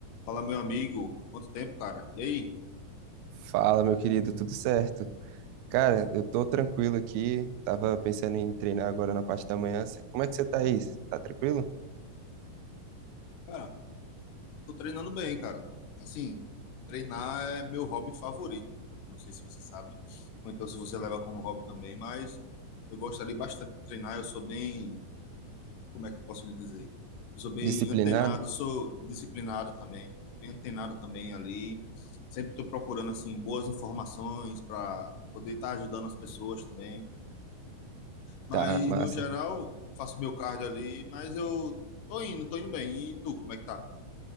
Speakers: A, on the left (about 75°); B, on the right (about 90°).
A: Fala, meu amigo. Quanto tempo, cara? E aí?
B: Fala, meu querido, tudo certo? Cara, eu tô tranquilo aqui. Tava pensando em treinar agora na parte da manhã. Cê- Como é que você tá aí? Cê Tá tranquilo?
A: Cara, tô treinando bem, cara. Assim, treinar é meu hobby favorito. Não sei se você sabe, ou então se você leva como hobby também, mas eu gostaria bastante de treinar. Eu sou bem, como é que eu posso lhe dizer? Eu sou bem
B: Disciplinado?
A: antenado, sou disciplinado também, sou bem antenado também ali. Sempre tô procurando, assim, boas informações para poder estar ajudando as pessoas também. Mas
B: Tá, massa.
A: no geral, faço meu cardio ali, mas eu tô indo, tô indo bem. E tu, como é que tá?